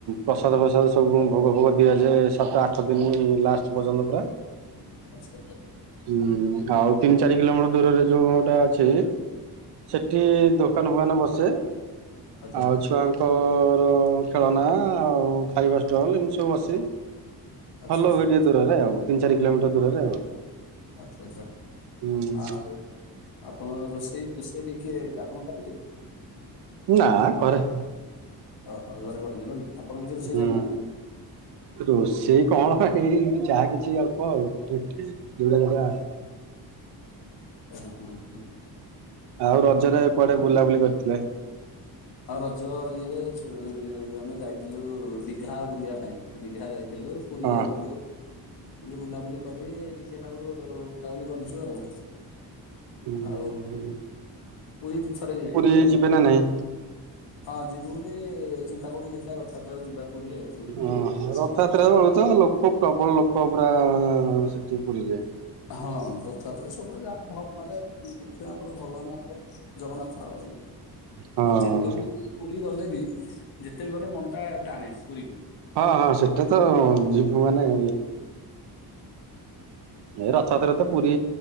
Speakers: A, on the right; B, on the left.
A: ପ୍ରସାଦ ଫସାଦ ସବୁ ଭୋଗ ଫୋଗ ଦିଆଯାଏ ସାତ ଆଠ ଦିନ ଲାଷ୍ଟ ପର୍ଯ୍ୟନ୍ତ ପୁରା।
B: ଆଚ୍ଛା ଆଚ୍ଛା।
A: ହୁଁ ଆଉ ତିନି ଚାରି କିଲୋମିଟର ଦୂରରେ ଯୋଉ ଗୋଟା ଅଛି। ସେଠି ଦୋକାନ ଫୋକାନ ବସେ।
B: ଆଚ୍ଛା
A: ଆଉ ଛୁଆଙ୍କ ଖେ ଖେଳନା ଆଉ ଖାଇବା ଷ୍ଟଲ୍ ଏମିତି ସବୁ ବସେ
B: ଆଚ୍ଛା
A: ଭଲ
B: ଆଚ୍ଛା ଆଚ୍ଛା
A: ହୁଏ ଟିକେ ଦୂରରେ ଆଉ ତିନି ଚାରି କିଲୋମିଟର ଦୂରରେ ଆଉ।
B: ଆଚ୍ଛା ଆଚ୍ଛା
A: ହୁଁ
B: ଆଉ। ଆପଣ ରୋଷେଇ ଫୋଷେଇ କିଏ ଆପଣ କରନ୍ତି?
A: ନା କରେ।
B: ଓହୋ ଘରେ କରନ୍ତି ନୁହଁ କି? ଆପଣ କିଛି ରୋଷେଇ
A: ହୁଁ।
B: ଜାଣିନାହାନ୍ତି?
A: ରୋଷେଇ କଣ ଏଇ ଯାହା କିଛି ଅଳ୍ପ ଆଉ ଠିକ ଯୋଉଟା ଯୋଉଟା।
B: ଓ ହଁ ହୁଁ।
A: ଆଉ ରଜରେ କୁଆଡେ ବୁଲାବୁଲି କରିଥିଲେ?
B: ହଁ ରଜ ଇଏରେ ଆମେ ଛୁ ଯାଇଥିଲୁ ଦିଘା ବୁଲିବା ପାଇଁ ଦିଘା ଯାଇଥିଲୁ। ପୁରୀ
A: ହଁ
B: ଯାଇଥିଲୁ ଇଏ ବୁଲାବୁଲି କରି ଟିକେ ନାକୁରୁ ବୁଲାବୁଲି କରିଛୁ ଆଉ।
A: ହଁ।
B: ଆଉ ପୁରୀ ଦିଥର ଯିଆହେଇ
A: ସେ ଯିବେ ନା ନାଇ?
B: ହଁ ଯିବୁ ବୋଲି ଚିନ୍ତା କରୁଛୁ ଦେଖିବା ରଥଯାତ୍ରାକୁ ଯିବା ପୁରୀ ଆଉ। ପୁରୀ ଟିକେ
A: ଓହୋ
B: ବୁଲିକି ଆସିବା
A: ରଥଯାତ୍ରା
B: ଜଗନ୍ନାଥ
A: ବହୁତ
B: ମନ୍ଦିର।
A: ଲୋକ ପ୍ରବଳ ଲୋକ ପୁରା ସେଠି ପୁରୀ ରେ।
B: ହଁ ରଥଯାତ୍ରା ସବୁବେଳେ ଯାହା ମ ମାନେ ମୁଖ୍ୟ ଆମର ଭଗବାନ ଆମର। ଜଗନ୍ନାଥ ଆଉ
A: ହଁ
B: ଯେତେ ବି ପୁରୀ ଗଲେ ବି ଯେତେ ବି ଗଲେ ମନଟା ଟାଣେ ପୁରୀକୁ।
A: ହଁ ହଁ ସେଟା ତ ଯିବୁ ମାନେ ଏ ରଥଯାତ୍ରା ରେ ତ ପୁରୀ